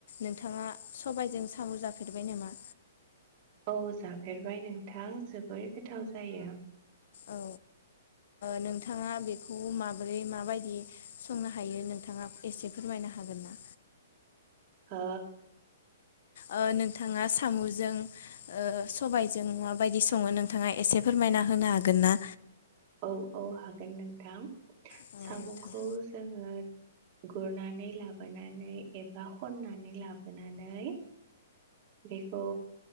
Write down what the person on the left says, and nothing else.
नोंथाङा सबायजों साम जाफेरबाय नामा?
औ नोंथाङा बेखौ मा बै माबायदि संनो हायो नोंथाङा एसे फोरमायनो हागोन ना?
ओ नोंथाङा साम'जों ओ सबायजों माबायदि सङो नोंथाङा एसे फोरमायना होनो हागोन ना?
औ
नोंथां